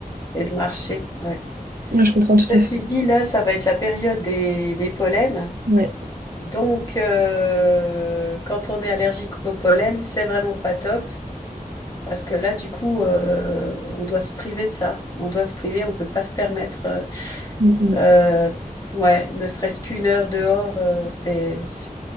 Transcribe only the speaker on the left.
et de marcher. Ouais.
Ceci
dit, là, ça va être la période des, des pollens.
Donc, euh, quand on est allergique au pollen, c'est vraiment pas top. Parce que là, du coup, euh, on doit se priver de ça. On doit se priver, on ne peut pas se permettre. euh,
euh, ouais, ne serait-ce qu'une heure dehors, euh, c'est, c'est